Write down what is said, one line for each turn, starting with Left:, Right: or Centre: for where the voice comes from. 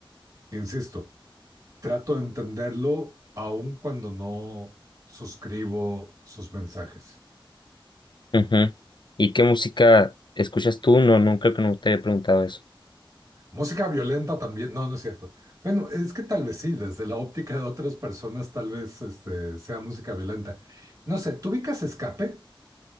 Right: Insisto, trato de entenderlo aun cuando no suscribo sus mensajes.
Left: Ujú. ¿Y qué música escuchas tú? No, no creo que no te he preguntado eso.
Right: Música violenta también, no, no es cierto. Bueno, es que tal vez sí, desde la óptica de otras personas, tal vez este, sea música violenta. No sé, ¿tú ubicas Escape?